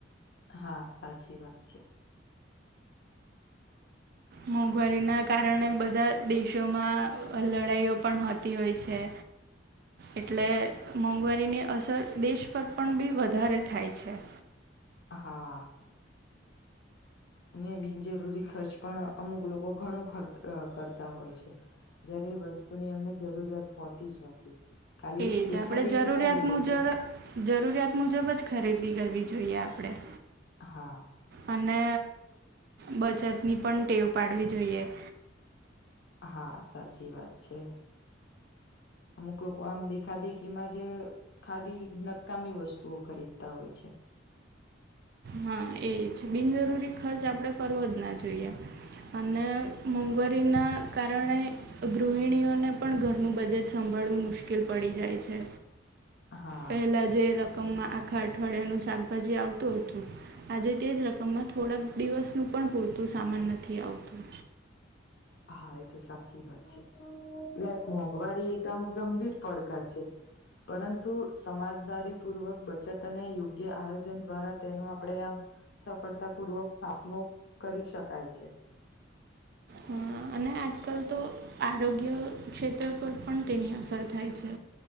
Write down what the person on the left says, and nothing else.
હા સાચી વાત છે.
હા- ને બિનજરૂરી ખર્ચ પણ અમુક લોકો ઘણું કરતા હોય છે. જયારે વસ્તુની એમને જરૂરિયાત હોતી જ નથી ખાલી
દેખા
દેખી
માં જે
લોકો-
હા-
હા સાચી વાત છે. અમુક લોકો આમ દેખા દેખી માં જ- ખાલી નકામી વસ્તુઓ ખરીદતા હોય છે.
હા
હા એ તો સાચી વાત છે એટલે મોંઘવારી એક આમ ગંભીર પડકાર છે. પરંતુ સમાજદારી પૂર્વક બચત અને યોગ્ય આયોજન દ્વારા તેનો આપણે આમ- સફળતા પૂર્વક સામનો કરી શકાય છે.